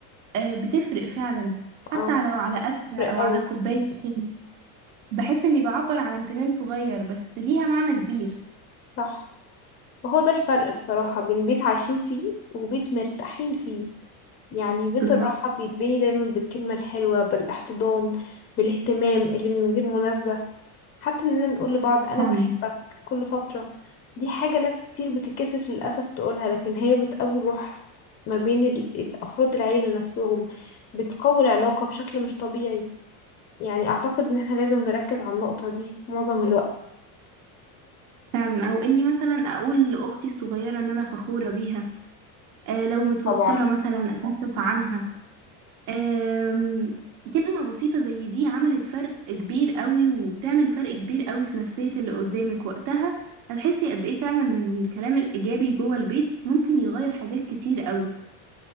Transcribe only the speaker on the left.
اه
فرق
قوي
صح وهو ده الفرق بصراحة بين بيت عايشين فيه وبيت مرتاحين فيه يعني بيت
الراحة بيتبني دايما بالكلمة الحلوة بالاحتضان بالاهتمام اللي من غير مناسبة حتى إننا نقول لبعض أنا
بحبك كل فترة دي حاجة ناس كتير بتتكسف للأسف تقولها لكن هي بتقوي الروح ما بين ال- الأفراد العيلة نفسهم بتقوي العلاقة بشكل مش طبيعي يعني اعتقد ان احنا لازم نركز على النقطة دي معظم الوقت
طبعا